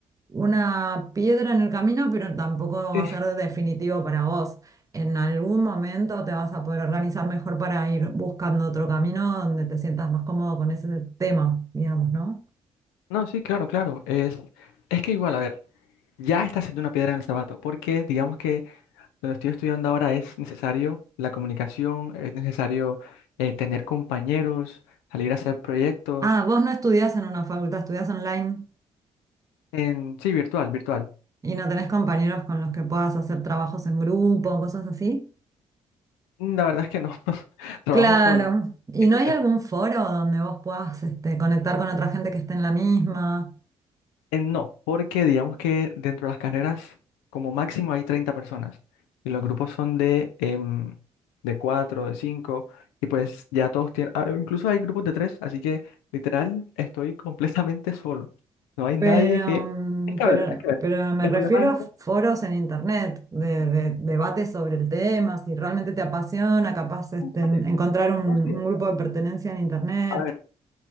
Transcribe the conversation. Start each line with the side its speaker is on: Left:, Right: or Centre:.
Right: una piedra en el camino, pero tampoco
Left: sí.
Right: va a ser definitivo para vos. En algún momento te vas a poder organizar mejor para ir buscando otro camino donde te sientas más cómodo con ese tema, digamos, ¿no?
Left: No, sí, claro, claro. Es, es que igual, a ver, ya está siendo una piedra en el zapato, porque digamos que Donde estoy estudiando ahora es necesario la comunicación, es necesario eh, tener compañeros, salir a hacer proyectos,
Right: Ah, vos no estudiás en una facultad, estudiás online
Left: en sí, virtual, virtual.
Right: y no tenés compañeros con los que puedas hacer trabajos en grupo, cosas así.
Left: La verdad es que no, <laughs> trabajo
Right: Claro.
Left: solo,
Right: ¿Y
Left: imagínate.
Right: no hay algún foro donde vos puedas este, conectar con otra gente que esté en la misma?
Left: Eh, no, porque digamos que dentro de las carreras como máximo hay 30 personas y los grupos son de, em, de 4 de 5 y pues ya todos tienen, ah, incluso hay grupos de 3 así que literal estoy <laughs> completamente solo. No hay
Right: Pero,
Left: nadie que...
Right: mm,
Left: Es que
Right: pero,
Left: a ver, es que a ver.
Right: pero me
Left: El
Right: refiero
Left: problema es
Right: a foros en internet, de, de debates sobre el tema, si realmente te apasiona, capaz este, en-
Left: Vale.
Right: encontrar un,
Left: No, sí,
Right: un
Left: o
Right: grupo
Left: sea,
Right: de pertenencia en internet.
Left: a ver,